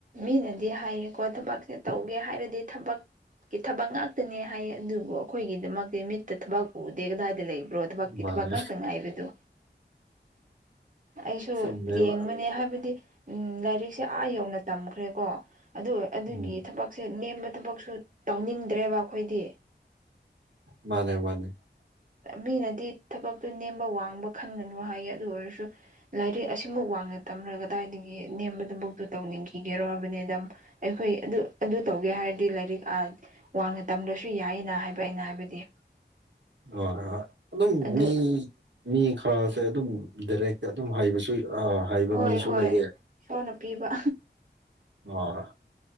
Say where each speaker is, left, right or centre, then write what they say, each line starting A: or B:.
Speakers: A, on the right (about 45°); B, on the right (about 75°).
A: ꯃꯤꯅꯗꯤ ꯍꯥꯏꯌꯦꯀꯣ ꯊꯕꯛꯁꯦ ꯇꯧꯒꯦ ꯍꯥꯏꯔꯗꯤ ꯊꯕꯛ ꯀꯤ ꯊꯕꯛ ꯉꯥꯛꯇꯅꯦ ꯍꯥꯏꯌꯦ ꯑꯗꯨꯕꯨ ꯑꯩꯈꯣꯏꯒꯤꯗꯃꯛꯇꯤ ꯃꯤꯠꯇ ꯊꯕꯛ ꯎꯗꯦ ꯀꯗꯥꯏꯗ ꯂꯩ ꯔꯣ ꯊꯕꯛꯀꯤ
B: ꯃꯥꯅꯦ
A: ꯊꯕꯛ ꯉꯇ ꯉꯥꯏꯕꯗꯨ ꯑꯩꯁꯨ
B: ꯆꯨꯝꯃꯦꯕ
A: ꯌꯦꯡꯕꯅꯦ ꯍꯥꯏꯕꯗꯤ ꯂꯥꯏꯔꯤꯛꯁꯦ ꯑꯥ ꯌꯧꯅ ꯇꯝꯈ꯭ꯔꯦꯀꯣ ꯑꯗꯨ ꯑꯗꯨꯒꯤ
B: ꯎꯝ
A: ꯊꯕꯛꯁꯦ ꯅꯦꯝꯕ ꯊꯕꯛꯁꯨ ꯇꯧꯅꯤꯡꯗ꯭ꯔꯦꯕ ꯑꯩꯈꯣꯏꯗꯤ
B: ꯃꯥꯅꯦ ꯃꯥꯅꯦ
A: ꯃꯤꯅꯗꯤ ꯊꯕꯛꯇꯨ ꯅꯦꯝꯕ ꯋꯥꯡꯕ ꯈꯟꯒꯅꯨ ꯍꯥꯏꯌꯦ ꯑꯗꯨ ꯑꯣꯏꯔꯁꯨ ꯂꯥꯏꯔꯤꯛ ꯑꯁꯤꯃꯨꯛ ꯋꯥꯡꯉ ꯇꯝꯔ ꯀꯗꯥꯏꯗꯒꯤ ꯅꯦꯝꯕꯗꯨꯐꯥꯎꯗ ꯇꯧꯅꯤꯡꯈꯤꯒꯦꯔꯣ ꯍꯥꯏꯕꯅꯤꯗ ꯑꯩꯈꯣꯏ ꯑꯗꯨ ꯑꯗꯨ ꯇꯧꯒꯦ ꯍꯥꯏꯔꯗꯤ ꯂꯥꯏꯔꯤꯛ ꯋꯥꯡꯅ ꯇꯝꯗ꯭ꯔꯁꯨ ꯌꯥꯏꯌꯦꯅ ꯍꯥꯏꯕ ꯑꯩꯅ ꯍꯥꯏꯕꯗꯤ
B: ꯍꯣꯏ ꯍꯣꯏ ꯑꯗꯨꯝ
A: ꯑꯗꯨ
B: ꯃꯤ ꯃꯤ ꯈꯔꯁꯦ ꯑꯗꯨꯝ ꯗꯥꯏꯔꯦꯛꯇ ꯑꯗꯨꯝ ꯍꯥꯏꯕꯁꯨ ꯑ ꯍꯥꯏꯕ
A: ꯍꯣꯏ
B: ꯃꯤꯁꯨ
A: ꯍꯣꯏ
B: ꯂꯩꯌꯦ
A: ꯏꯁꯣꯔꯅ ꯄꯤꯕ
B: ꯑꯣ